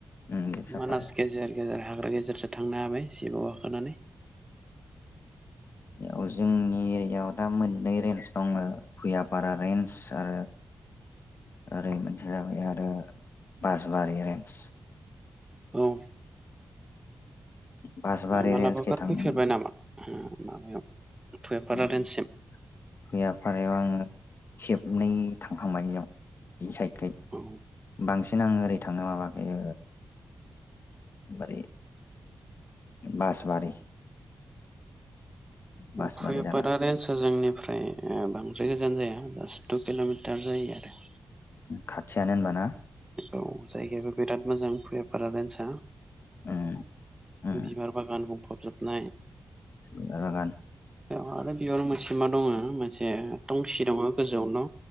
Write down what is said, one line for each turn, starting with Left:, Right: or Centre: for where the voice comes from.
Left: उम जिब साफारि
Right: मानास गेजेर गेजेर हाग्रा गेजेरजों। थांनो हाबाय सिगाङाव गाखोनानै।
Left: एह <unintelligible> औ जोंनि एरियाव दा मोननै रेन्ज दङो भुयापारा रेन्ज ओ। ओरै मोनसे जाबाय आरो बाजबारि रेन्ज।
Right: औ।
Left: बासबारि
Right: मालाबाफोर
Left: रेन्जखै थांदोंमोन
Right: फैफेरबाय नामा ओं माबायाव। भुयापारा
Left: भैयाफारायाव
Right: रेन्जसिम
Left: आङो खेब। हनै थांखांबाय इयाव इसाइड।
Right: औ।
Left: बांसिन आंङो ओरै थाङो माबाखै ओ बोरै। बासबारि। बासबारि
Right: फैपारारे
Left: जाना
Right: सोरजोंनिफ्रा। फ्राय ओ बांद्राय गोजान जाया जास्ट टु किल'मिटार जायो आरो।
Left: खाथियानो होनबाना।
Right: औ जायगायाबो बिराद मोजां फुफारा रेन्सा।
Left: उम उम
Right: बिबार बागान बुंफबजोबनाय।
Left: बिबार बागान।
Right: बेयाव आरो बेयाव मोनसे मा दङ मोनसे टंसि दङो। गोजौनो